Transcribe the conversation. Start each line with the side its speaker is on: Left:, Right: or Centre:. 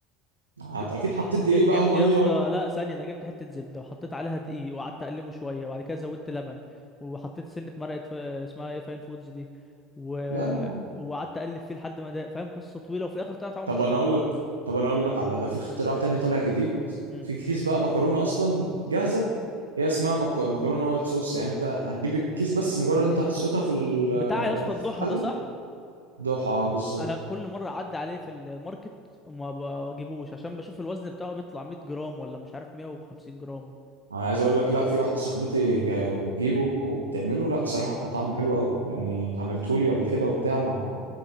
Right: هت-
Left: ج-
Right: اكيد حطيت
Left: ج-
Right: دقيق بقى
Left: جبت
Right: وميه
Left: يا اسطى
Right: و...
Left: لا ثانيه ده انا جبت حته زبده وحطيت عليها دقيق وقعدت اقلبه شويه وبعد كده زودت لبن وحطيت سنه مرقه ف... اسمها ايه فاين فودز دي و...
Right: لا لا يا عم
Left: وقعدت اقلب فيه لحد ما ده فاهم قصه طويله وفي الاخر طلع طعمه
Right: طب
Left: مش
Right: انا
Left: حلو
Right: اقول لك طب انا اقول لك على ده في اختراع تاني طالع جديد
Left: مم.
Right: في كيس بقى مكرونه اصلا جاهزه هي اسمها مك... مكرونه وايت صوص يعني انت هتجيب الكيس بس مجرد انت هتسقطها في ال-
Left: بتاع يا اسطى
Right: في
Left: الضحى
Right: الحله
Left: ده صح
Right: دوحه بالظبط
Left: انا كل مره اعدي عليه في الماركت وما بجيبوش عشان بشوف الوزن بتاعه بيطلع 100 جرام ولا مش عارف 150 جرام
Right: انا عايز اقول لك لا في واحده صاحبتي جا- بتجيبه وبتعمله لا بصراحه طعمه حلو قوي يعني عملته لي قبل كده وبتاع مع